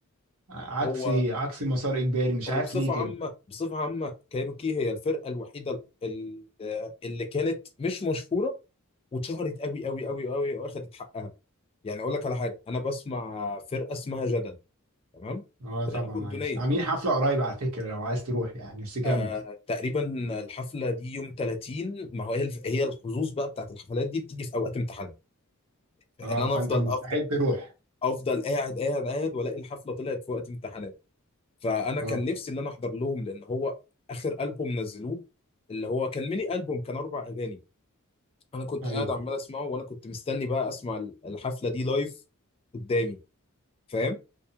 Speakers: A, on the right (about 85°); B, on the left (about 25°).
A: عكس
B: هو
A: عكس مسار اجباري مش
B: وبصفة
A: عارف ليه كده
B: عامة بصفة عامة كايروكي هي الفرقة الوحيدة ال- اللي كانت مش مشهورة واتشهرت قوي قوي قوي قوي واخدت حقها يعني اقول لك على حاجة انا بسمع فرقة اسمها جدل تمام
A: اه
B: فرقة
A: طبعا معلش
B: أردنية
A: عاملين حفله قريب على فكره لو عايز تروح يعني بس كمل
B: آه تقريبا الحفلة دي يوم 30 ما هو هي الف- هي الحظوظ بقى بتاعت الحفلات دي بتيجي في اوقات امتحانات يعني
A: اه
B: انا
A: فانت
B: افضل
A: مستحيل
B: افضل
A: تروح
B: افضل قاعد قاعد قاعد والاقي الحفلة طلعت في وقت امتحانات فانا
A: اه
B: كان نفسي ان انا احضر لهم لان هو اخر البوم نزلوه اللي هو كان ميني البوم كان اربع اغاني انا كنت
A: ايوه
B: قاعد عمال اسمعه وانا كنت مستني بقى اسمع ال- الحفله دي لايف قدامي فاهم